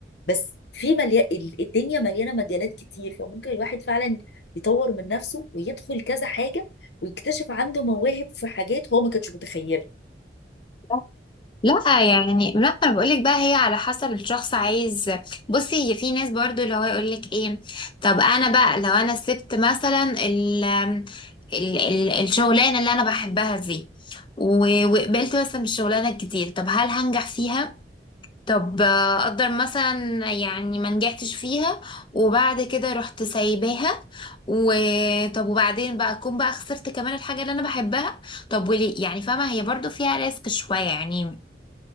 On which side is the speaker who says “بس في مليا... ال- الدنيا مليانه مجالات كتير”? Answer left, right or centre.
Left